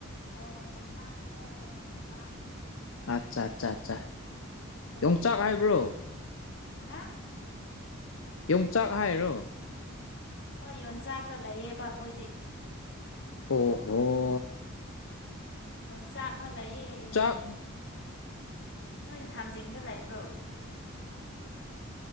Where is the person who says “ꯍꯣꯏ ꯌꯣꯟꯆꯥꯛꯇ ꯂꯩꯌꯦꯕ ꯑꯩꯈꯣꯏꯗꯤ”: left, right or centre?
Left